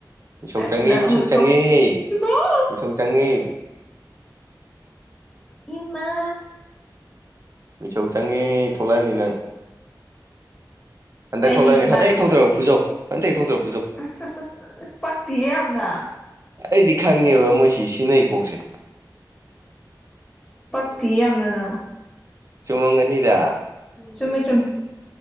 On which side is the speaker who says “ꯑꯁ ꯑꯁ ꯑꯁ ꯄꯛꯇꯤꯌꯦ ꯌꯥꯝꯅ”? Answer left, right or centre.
Left